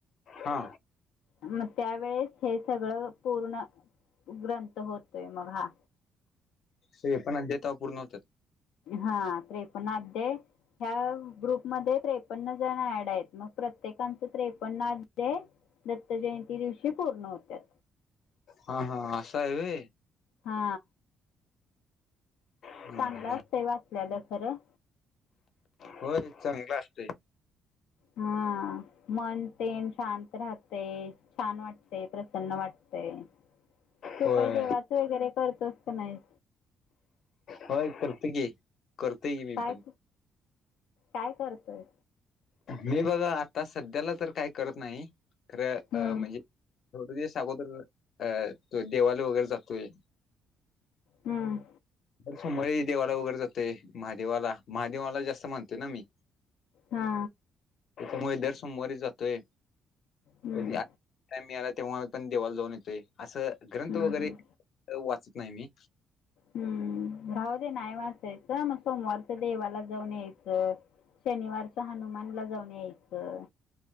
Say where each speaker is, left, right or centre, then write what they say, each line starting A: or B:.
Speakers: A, on the left (about 55°); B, on the left (about 85°).
A: हा.
B: मग त्यावेेळेस हे सगळं पूर्ण ग्रंथ होत. तय मग हा.
A: त्रेपन्न अध्याय तेव्हा पूर्ण होतात.
B: हा त्रेपन्न अध्याय ह्या ग्रुपमध्ये त्रे पन्ना जण ऍड आहेत मग प्रत्येकाचं त्रेपन्न अध्याय दत्त जयंती दिवशी पूर्ण होत्यात.
A: हा हा आसा हाय होय.
B: हा
A: हम्म,
B: चांगलं
A: हम्म.
B: असतय वाचल्यालं खरं.
A: होय चांगल असतय.
B: हा मन तेन शांत राहत तय छान वाटतय प्रसन्न वाटतय, तू
A: होय
B: काही देवा वगैरे करतोस का नाही.
A: होय करतो की करतोय की मी
B: काय
A: पण.
B: काय करतोय?
A: मी बघा आता सध्याला तर काय करत नाही खर अ
B: हम्म
A: म्हणजे ते थोडे दिवस अगोदर अ जो देवाला वगैरे जातोय
B: हम्म
A: हर सोमवारी देवाला वगैरे जातोय महादेवाला महादेवाला जास्त मानतोय ना मी
B: हा
A: त्याच्यामुळे दर सोमवारी जातोय
B: हम्म
A: कधी टाइम मिळाला तेव्हा पण देवाला जाऊन येतोय अस ग्रंथ
B: हम्म
A: वगैरे वाचत नाही मी
B: हम्म राहू दे नाही वाचायचं मग सोमवारच देवाला जाऊन यायचं शनिवारच हनुमानला जाऊन यायचं